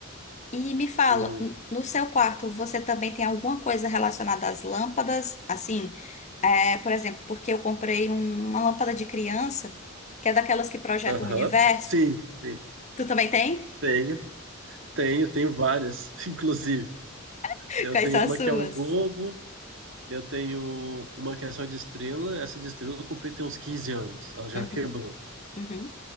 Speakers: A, on the left; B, on the right.
A: E me fala,
B: O...
A: n- no seu quarto, você também tem alguma coisa relacionada às lâmpadas? Assim, é, por exemplo, porque eu comprei um- uma lâmpada de criança, que é daquelas que projetam
B: Aham.
A: o universo.
B: Sim, sim.
A: Tu também tem?
B: Tenho, tenho, tenho várias, <laughs> inclusive.
A: <laughs>
B: Eu
A: Quais
B: tenho
A: são as
B: uma
A: suas?
B: que é um globo, eu tenho uma que é só de estrela. Essa de estrela eu comprei tem uns 15 anos. Ela já
A: Uhum,
B: quebrou.
A: uhum,